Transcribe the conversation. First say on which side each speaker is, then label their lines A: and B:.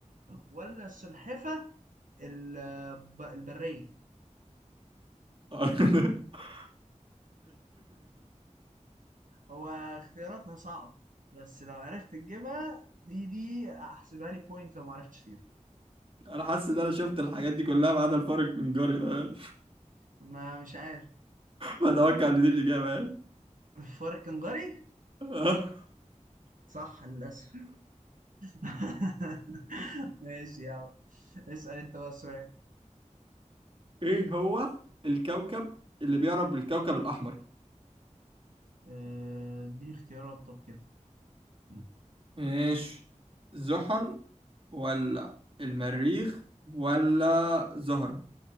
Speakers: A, on the right (about 90°); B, on the right (about 45°).
A: ولا السلحفة الب- البرية
B: <laughs>
A: هو اختياراتها صعبة بس لو عرفت تجيبها دي دي أحسبها لي بوينت لو ما عرفتش تجيبها
B: انا حاسس ان انا شفت الحاجات دي كلها ما عدا الفرق من جاري ده
A: ما مش عارف
B: بتوقع ان دي الاجابه يعني.
A: الفار الكنجري
B: <laughs>
A: صح للأسف <laughs> ماشي يا عم اسأل انت بقى سؤال
B: ايه هو الكوكب اللي بيعرف بالكوكب الاحمر
A: آه، اديني اختيارات طب كده مم.
B: ماشي زحل ولا المريخ ولا زهرة